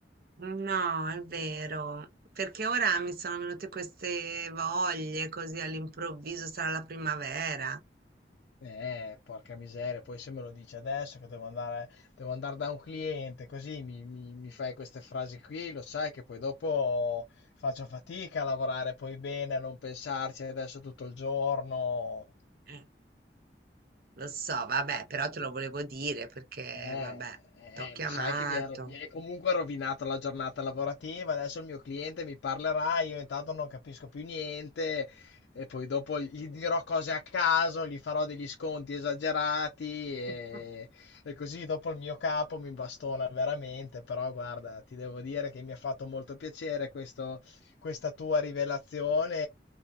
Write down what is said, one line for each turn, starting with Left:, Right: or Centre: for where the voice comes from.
Right: No, è vero. Perché ora mi sono venute queste voglie così all'improvviso, sarà la primavera.
Left: Eh, porca miseria, poi se me lo dici adesso che devo andare, devo andare da un cliente, così mi, mi- mi fai queste frasi qui, lo sai che poi dopo faccio fatica a lavorare poi bene, a non pensarci adesso tutto il giorno.
Right: Eh, Lo so, vabbè, però te lo volevo dire perché,
Left: Eh,
Right: vabbè, t'ho chiamato.
Left: eh, lo sai che mi ero- mi hai comunque rovinato la giornata lavorativa, adesso il mio cliente mi parlerà, io intanto non capisco più niente e poi dopo gli dirò cose a caso, gli farò degli sconti esagerati e,
Right: <laughs>
Left: e così dopo il mio capo mi bastona veramente, però guarda, ti devo dire che mi ha fatto molto piacere questo- questa tua rivelazione